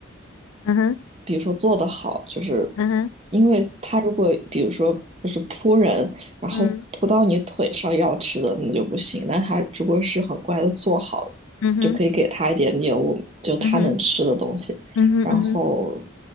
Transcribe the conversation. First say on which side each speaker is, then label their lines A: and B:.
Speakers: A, on the left; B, on the right.
A: 嗯哼，
B: 比如说做得好，就是
A: 嗯哼，
B: 因为他如果比如说就是扑人，然后扑到你腿上要吃的那就不行，
A: 嗯
B: 但他如果是很乖的做好了就可以给他一点点我就他能吃的东西，
A: 嗯哼，嗯哼，嗯哼，
B: 然后
A: 嗯哼，